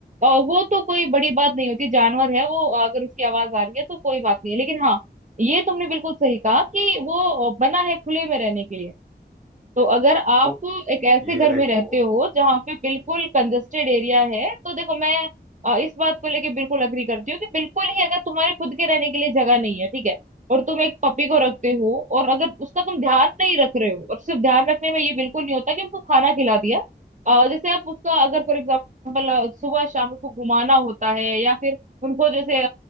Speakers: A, on the right; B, in the centre.
A: और वो तो कोई बड़ी बात नहीं होती जानवर है वो अगर उसकी आवाज आ रही है तो कोई बात नहीं है लेकिन हाँ ये तुमने बिल्कुल सही कहा कि वो बना है खुले में रहने के लिए तो अगर आप
B: तो
A: एक ऐसे
B: ये
A: घर
B: देखो
A: में रहते हो जहाँ पे बिल्कुल कंजेस्टेड एरिया है तो देखो मैं अ, इस बात को लेके बिल्कुल अग्री करती हूँ कि बिल्कुल ही अगर तुम्हारे खुद के रहने के लिए जगह नहीं है ठीक है और तुम एक पपी को रखते हो और अगर उसका तुम ध्यान नहीं रख रहे हो और सिर्फ ध्यान रखने में ये बिल्कुल नहीं होता कि उसको खाना खिला दिया अ, जैसे आप उसका अगर फॉर एग्जाम्पल सुबह शाम उसको घुमाना होता है या फिर उनको जैसे